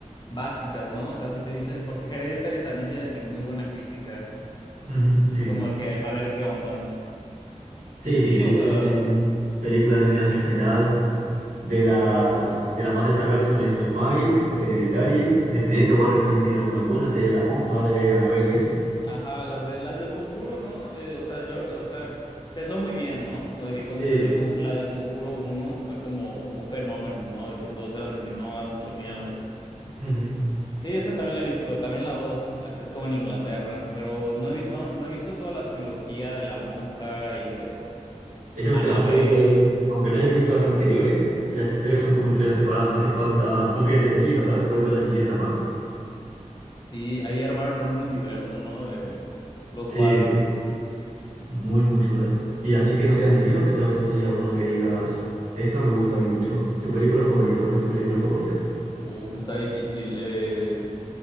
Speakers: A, on the left (about 35°); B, on the right (about 85°).
A: básicas, ¿no? O sea, si te dicen, porque Hereditary también tiene que muy buena crítica.
B: Ujú,
A: Entonces
B: sí.
A: es como de que, a ver qué onda.
B: Sí,
A: Y sí,
B: si te
A: o
B: dicen
A: sea,
B: películas de miedo
A: a-
B: así en general, de las, de las más destacables son eso, Smile, Hereditary, de Expediente Warren también tienen algunas buenas, de La Monja, de Annabelle y eso.
A: ajá, las de las del Conjuro, ¿no? Eh, o sea, yo, o sea, empezó muy bien, ¿no? Como de que cuando
B: Sí.
A: salió con- la del Conjuro uno fue como un fenómeno, ¿no? De que todos eran de que no da mucho miedo.
B: ujú.
A: Sí, esa también la he visto, también la dos, la que es como en Inglaterra, pero no he, vi- no, no he visto toda la trilogía de La Monja y de
B: Esas
A: Annabelle.
B: te las puedes ver, aunque no hayas visto las anteriores, las historias son como historias separadas, no hace falta, no pierdes el hilo, ¿sabes? Puedes verlas si quieres aparte.
A: Sí, ahí armaron un multiverso, ¿no? De los
B: Sí,
A: Warren.
B: sí. Muy, muy chulas. Y así que no sean de miedo, ¿te sabes así alguna que digas, esta me gusta a mí mucho? ¿Tu película favorita? ¿Cuál es tu película favorita?
A: Uf, está difícil. Eh,